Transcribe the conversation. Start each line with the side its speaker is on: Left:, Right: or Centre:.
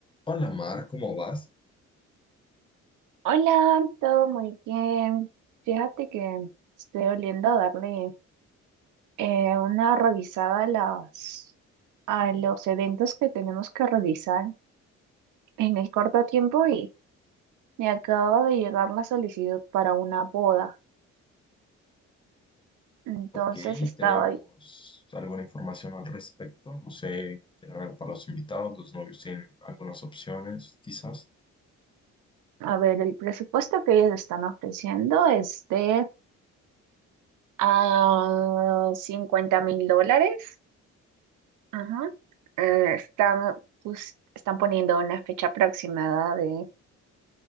Left: Hola Mar, ¿cómo vas?
Right: Hola, todo muy bien. Fíjate que estoy oliendo a darle eh, una revisada a las, a los eventos que tenemos que realizar en el corto tiempo y me acaba de llegar la solicitud para una boda. Entonces
Left: Ok,
Right: estaba
Left: ¿tenemos alguna información al respecto? No sé, ¿tienen algo para los invitados? ¿Los novios tienen algunas opciones, quizás?
Right: a ver el presupuesto que ellos están ofreciendo es de a cincuenta mil dólares. Ajá. Eh, están, pues, están poniendo una fecha aproximada de